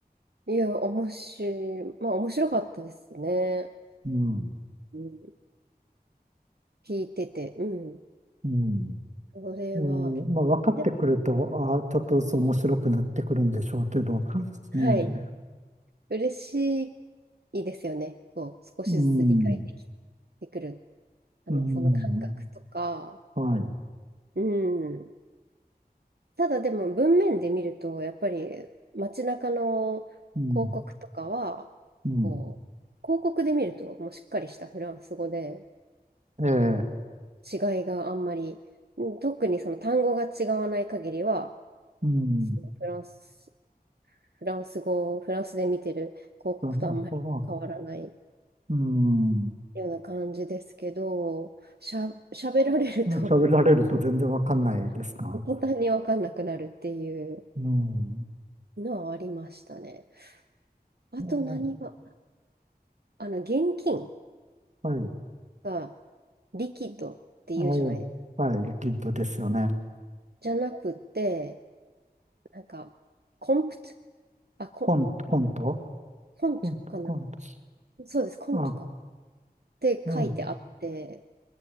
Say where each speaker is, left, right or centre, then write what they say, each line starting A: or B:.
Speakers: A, on the right; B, on the right.
A: いや、おもし、まあ、面白かったですね。
B: うん、
A: うん。聞いてて、うん。
B: うん。
A: これは、
B: ええ、まあ、分かってくると、
A: で、
B: ああ、ちょっとずつ面白くなってくるんでしょうけど、
A: はい。
B: ねえ、
A: 嬉しいですよね。こう、少しずつ理解でき
B: うん、
A: てくる。あの、
B: うん、
A: その感覚とか、
B: はい、
A: うん。ただでも文面で見ると、やっぱり街中の
B: うん、
A: 広告とかは、
B: うん、
A: こう、広告で見るともうしっかりしたフランス語で
B: ええ、
A: 違いがあんまり、うん特にその単語が違わない限りは、
B: うん、
A: そのフランス、フランス語フランスで見てる広告とあんまり変わらない
B: だな、ああうん、
A: ような感じですけど、しゃ、喋られると
B: 喋られると全然分かんないですか
A: <laughs> 途端にわかんなくなるっていう
B: うん、
A: のはありましたね。あと何が、
B: ええ
A: あの、現金
B: はい、
A: がリキッドって言うじゃない、
B: ええ、はい、リキッドですよね。
A: じゃなくて、なんか、コンプト、あ、コ、
B: コント、コント
A: コントかな。
B: コント、コント。
A: そうです、コントか。
B: あ、
A: って書いてあって、
B: え